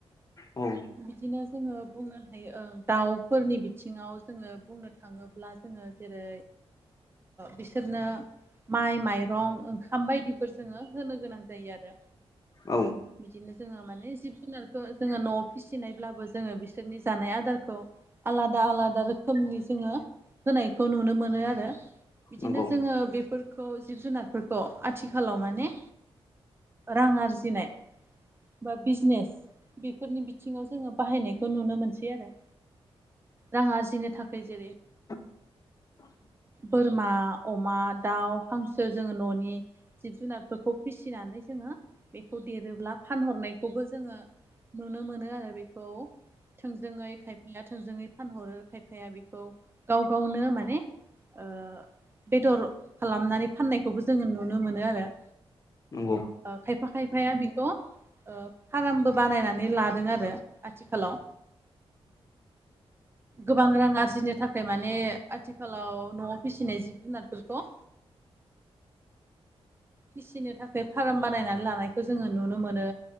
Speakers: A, on the left; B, on the right.
A: औ
B: बिदिनो बुंनो हायो दाउफोरनि बिथिङाव जोङो बुंनो। थाङोब्ला जोङो जेरै बिसोरनो माइ, माइरं ओंखाम बायदिफोर जोङो होनो गोनां जायो आरो
A: औ
B: बिदिनो जोङो माने जिब जुनारखौ जोङो न'आव फिसिनायब्लाबो जोङो बिसोरनि जानाय आदारखौ आलादा आलादा रोखोमनि जोङो होनायखौ नुनो मोनो आरो। बिदिनो
A: नंगौ
B: जोङो बेफोर खौ जिब जुनारफोरखौ आथिखालाव माने रां आरजिनाय बा बिजनेस बेफोरनि बिथिङाव जोङो बाहायनायखौ नुनो मोनसै आरो रां आरजिनो थाखाय जेरै
A: <inaudible>
B: बोरमा अमा दाउ हांसो जोङो न'नि जिब जुनारफोरखौ फिसिनानै जोङो बेखौ देरोब्ला फानहरनाय खौबो जोङो नुनो मोनो आरो बेखौ थोंजोङै खायफाया थोंजोङै फानहरो खायफाया बेखौ गाव गावनो माने ओ बेदर खालामनानै फाननायखौबो जोङो नुनो मोनो आरो
A: नंगौ
B: ओ खायफा खायफाया बेखौ ओ फार्मबो बानायनानै लादों आरो आथिखालाव गोबां रां आरजिनो थाखाय फ्राय माने आथिखालाव न'आव फिसिनाय जिब जुनारफोरखौ फिसिनो थाखाय फार्म बानायनानै लानायखौ जोङो नुनो मोनो।